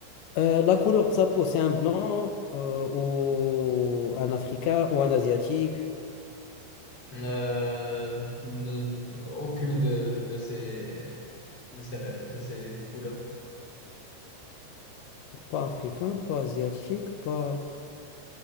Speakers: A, on the left; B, on the left.
A: Euh, la couleur de sa peau, c'est un blanc euh, ou un africain ou un asiatique?
B: Euh, ne- aucune de, de ses, de ses, de ses couleurs.
A: Pas africain, pas asiatique, pas...